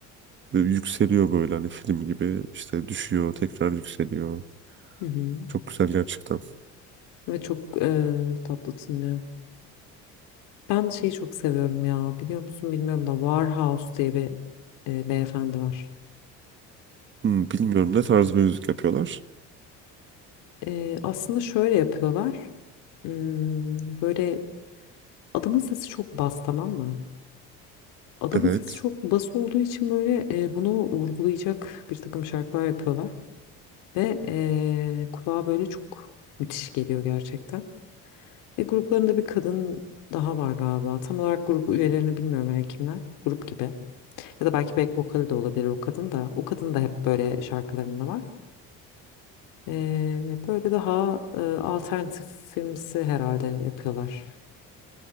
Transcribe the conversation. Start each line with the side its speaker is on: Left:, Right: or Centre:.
Right: Ve yükseliyor böyle hani film gibi. İşte düşüyor, tekrar yükseliyor.
Left: Hı hı.
Right: Çok güzel gerçekten.
Left: Ve çok eee, tatlı tınlıyor. Ben şeyi çok seviyorum ya. Biliyor musun bilmiyorum da Warhouse diye bir eee, beyefendi var.
Right: Hmm, bilmiyorum ne tarz bir müzik yapıyorlar.
Left: Eee, aslında şöyle yapıyorlar. Hmm, böyle adamın sesi çok bas tamam mı? Adamın
Right: Evet.
Left: sesi çok bas olduğu için böyle eee, bunu vurgulayacak bir takım şarkılar yapıyorlar. Ve eee, kulağa böyle çok müthiş geliyor gerçekten. Ve gruplarında bir kadın daha var galiba. Tam olarak grup üyelerini bilmiyorum yani kimler. Grup gibi. Ya da belki back vokali de olabilir o kadın da. O kadın da hep böyle şarkılarında var. Ee, böyle daha e, alternatifimsi herhalde yapıyorlar